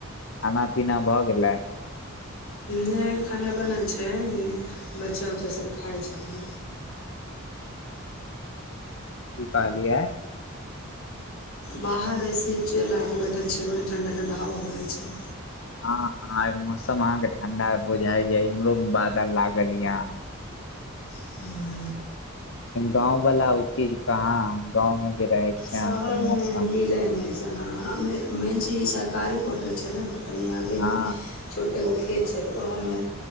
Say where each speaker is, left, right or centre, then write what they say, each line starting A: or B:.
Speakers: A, on the left; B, on the left.
A: खाना पीना भऽ गेलै
B: नै खाना बनल छै बच्चा उच्चा सब खाइ छथिन
A: की कहलीए
B: बाहर ऐसे चेयर लगा केँ बैठल छियै बड़ी ठंडा ठंडा हवा बहै छै
A: हऽ हऽ मौसम अहाँकेँ ठंडा बुझैय इम्हरो बादल लागल यऽ
B: <unintelligible>
A: गाँवाला ओ चीज कहाँ गाँव में जे रहे छै
B: शहरमे
A: अहाँके मौसम
B: मिलै नै हँ मे मेन चि ई सरकारी क्वार्टर छै ने तऽ तनि आगेमे
A: हँ
B: छोटेगो खेत छै तऽ ओहएमे